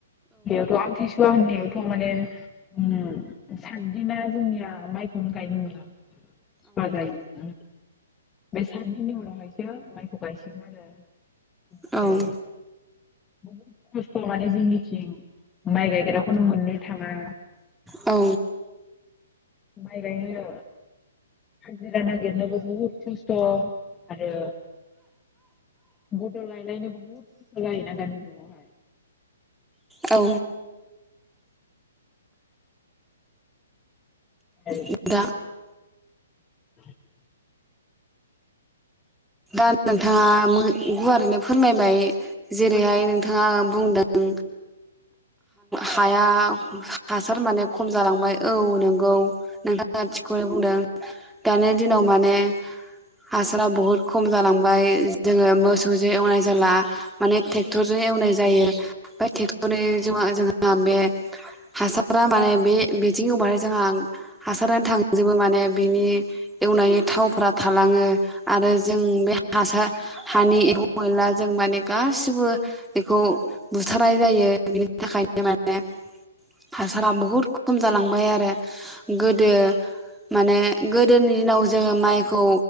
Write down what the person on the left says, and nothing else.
बेयाथ आमथि सु हुवा होननायावथ' माने साथदिना जोंनिया माइखौनो गायनो मोना। सुवा जायो। बे सादिननि उनावहायसो माइखौ गायसिगोन आरो। ओमफ्राय
बहुद खस्थ माने जोंनिथिं माइ गायग्राखौनो मोननो थाङा।
माइ गायनो हाजिरा नागिरनोबो बुहुद खस्थ' आरो बदल गायलायनो बहुत खस्थ' जायोना दानि जुगावहाय
ओमफ्राय
<inaudible>